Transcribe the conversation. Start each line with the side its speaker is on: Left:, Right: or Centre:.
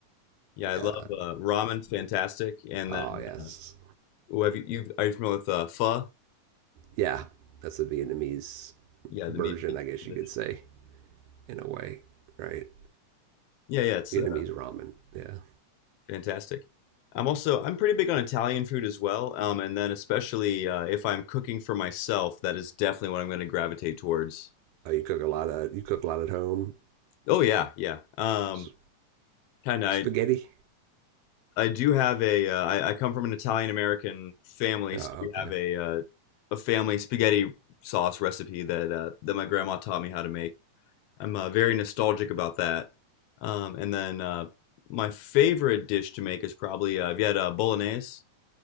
Left: Yeah, I
Right: Yeah.
Left: love uh, ramen, fantastic. And
Right: Oh
Left: then,
Right: yes.
Left: uh, oh, have you, you've, are you familiar with uh, pho?
Right: Yeah. That's a Vietnamese
Left: Yeah, the
Right: version,
Left: meat
Right: I
Left: <laughs>
Right: guess you
Left: dish.
Right: could say, in a way, right?
Left: Yeah, yeah, it's
Right: Vietnamese
Left: uh,
Right: ramen. Yeah.
Left: fantastic. I'm also I'm pretty big on Italian food as well. Um, and then especially uh, if I'm cooking for myself, that is definitely what I'm going to gravitate towards.
Right: Oh, you cook a lot of you cook a lot at home.
Left: Oh yeah, yeah. Um,
Right: S-
Left: kind of.
Right: spaghetti.
Left: I I do have a. Uh, I, I come from an Italian American family,
Right: Oh,
Left: so we
Right: okay.
Left: have a uh, a family spaghetti sauce recipe that uh, that my grandma taught me how to make. I'm uh, very nostalgic about that. Um, and then uh, my favorite dish to make is probably uh, have had uh, bolognese?